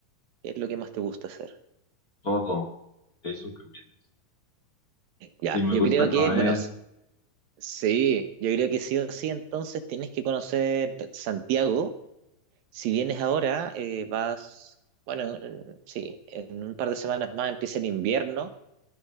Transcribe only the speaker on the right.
¿Qué es lo que más te gusta hacer?
Ya,
yo
creo
que, bueno, s- sí, yo creo que sí o sí, entonces tienes que conocer Santiago. Si vienes ahora, eh, vas, bueno, eh, sí, en un par de semanas más empieza el invierno.